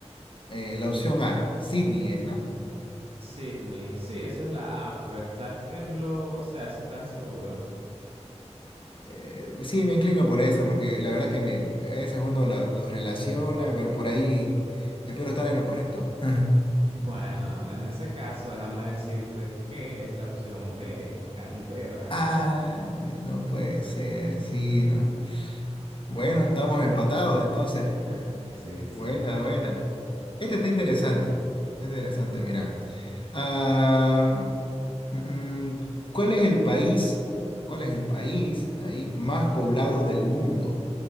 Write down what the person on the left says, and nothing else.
eh, eh, la opción A, Sydney es, ¿no?
Eh, sí, me inclino por esa, porque la verdad que me, a veces uno la- los relaciona, pero por ahí espero estar en lo correcto. <laughs>
Ay, no puede ser, sí, no. Bueno, estamos empatados entonces.
Buena, buena. Este está interesante. Está interesante, mira. Ah, mm, mm, ¿cuál es el país, cuál es el país ahí más poblado del mundo?